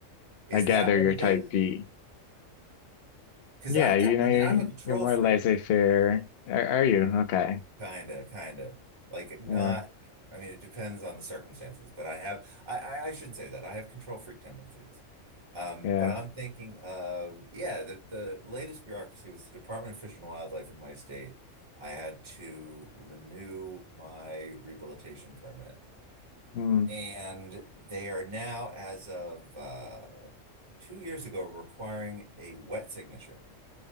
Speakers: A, on the right; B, on the left.
A: Is
B: I gather
A: that what
B: you're
A: it
B: type
A: is?
B: B.
A: Because
B: Yeah,
A: I'm,
B: you
A: t I
B: know, you're
A: mean, I'm a control
B: you're more
A: freak.
B: laissez-faire. Are, are you? Okay.
A: Kinda, kinda. Like not,
B: Yeah.
A: I mean, it depends on the circumstances, but I have, I, I, I shouldn't say that. I have control freak tendencies. Um,
B: Yeah.
A: but I'm thinking of, yeah, the, the latest bureaucracy was the Department of Fish and Wildlife in my state. I had to renew my rehabilitation permit.
B: Mm,
A: And they are now, as of uh, two years ago, requiring a wet signature.